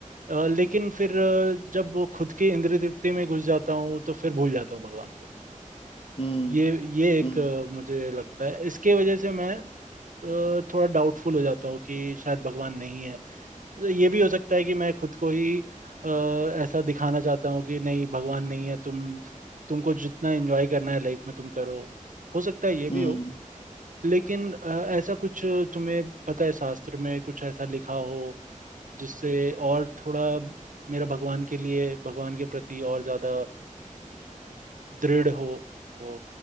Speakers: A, on the right; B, on the left.
A: अ, लेकिन फिर अ, जब वो खुद के इंद्रिय तृप्ति में घुस जाता हूँ तो फिर भूल जाता हूँ भगवान को
B: हम्म
A: ये ये एक
B: हम्म
A: अ, मुझे लगता है इसके वजह से मैं अ, थोड़ा डाउटफुल हो जाता हूँ कि शायद भगवान नहीं है ये भी हो सकता है कि मैं खुद को ही अ, ऐसा दिखाना चाहता हूँ कि नहीं भगवान नहीं है तुम तुमको जितना एंजॉय करना है लाइफ में तुम करो हो सकता है ये भी
B: हम्म
A: हो लेकिन अ, ऐसा कुछ तुम्हें पता है शास्त्र में कुछ ऐसा लिखा हो जिससे और थोड़ा मेरा भगवान के लिए भगवान के प्रति और ज्यादा अ, दृढ़ हो वो